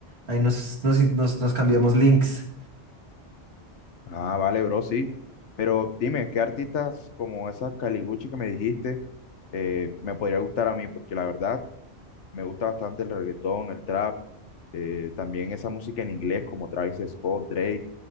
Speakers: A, on the right; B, on the left.
A: Ahí nos, nos, nos, nos cambiamos links.
B: Ah, vale, bro, sí. Pero dime, ¿qué artistas como esa Caliguchi que me dijiste eh, me podría gustar a mí? Porque la verdad me gusta bastante el reggaetón, el trap, eh, también esa música en inglés como Travis Scott, Drake,